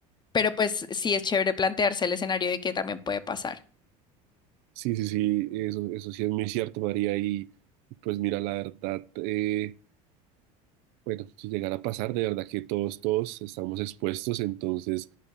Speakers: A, on the left; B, on the right.
A: Pero pues sí es chévere plantearse el escenario de qué también puede pasar.
B: Sí, sí, sí, eso, eso sí es muy cierto, María. Y pues mira, la verdad, eh, Bueno, si llegara a pasar, de verdad que todos, todos estamos expuestos, entonces